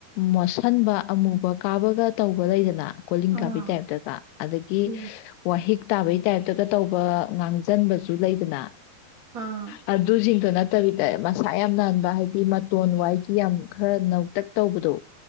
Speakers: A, on the left (about 80°); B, on the right (about 40°).
A: ꯃꯣꯠꯁꯟꯕ ꯑꯃꯨꯕ ꯀꯥꯕꯒ ꯇꯧꯕ ꯂꯩꯗꯅ ꯀꯣꯂꯤꯡ ꯀꯥꯕꯤ
B: ꯑꯥ
A: ꯇꯥꯏꯞꯇꯒ ꯑꯗꯒꯤ
B: ꯂꯩ
A: ꯋꯥꯍꯤꯛ ꯇꯥꯕꯩ ꯇ ꯍꯥꯏ ꯇꯧꯕ ꯉꯥꯡꯁꯤꯟꯕꯁꯨ ꯂꯩꯗꯅ
B: ꯑꯥ
A: ꯑ ꯑꯗꯨꯖꯤ ꯀ ꯅ ꯐꯠꯇꯕꯤꯗ ꯃꯁꯥ ꯌꯥꯝ ꯅꯥꯟꯕ ꯍꯥꯏꯗꯤ ꯃꯇꯣꯟ ꯋꯥꯏꯒꯤ ꯌꯥꯝ ꯈꯔ ꯅꯧꯇꯛ ꯇꯧꯕꯗꯣ